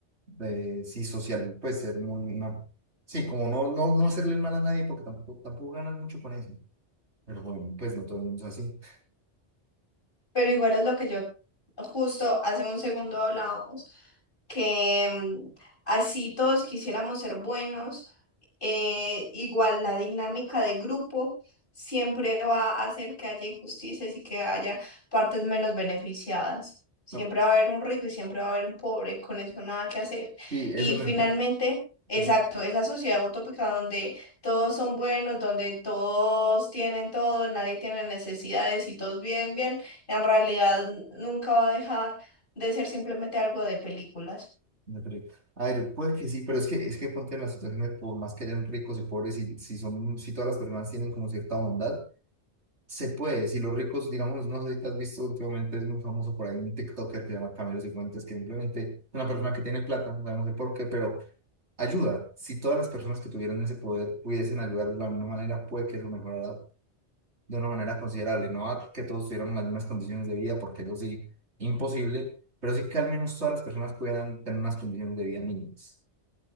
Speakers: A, on the right (about 70°); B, on the left (about 50°).
A: de sí, social, pues ser muy una... Sí, como no, no, no hacerle el mal a nadie porque tampoco, tampoco ganas mucho con eso. Pero bueno, pues no todo el mundo es así.
B: Pero igual es lo que yo justo hace un segundo hablábamos, que mm, así todos quisiéramos ser buenos, eh, igual la dinámica de grupo siempre va a hacer que haya injusticias y que haya partes menos beneficiadas. Siempre
A: No.
B: va a haber un rico y siempre va a haber un pobre, con eso nada que hacer.
A: Sí,
B: Y
A: eso lo
B: finalmente,
A: entiendo.
B: exacto,
A: Sí,
B: esa sociedad utópica donde todos son buenos, donde todos tienen todo, nadie tiene necesidades y todos viven bien. En realidad nunca va a dejar de ser simplemente algo de películas.
A: me perdí. A ver, puede que sí, pero es que es que ponte en las situaciones por más que hayan ricos y pobres, si, si son, si todas las personas tienen como cierta bondad Se puede, si los ricos, digamos, no sé si te has visto últimamente, es muy famoso por ahí un TikToker que se llama Camilo Cifuentes, que simplemente es una persona que tiene plata, o sea, no sé por qué, pero ayuda. Si todas las personas que tuvieran ese poder pudiesen ayudar de la misma manera, puede que eso mejorara de una manera considerable. No a que todos tuviéramos las mismas condiciones de vida, porque eso sí, imposible, pero sí que al menos todas las personas pudieran tener unas condiciones de vida mínimas.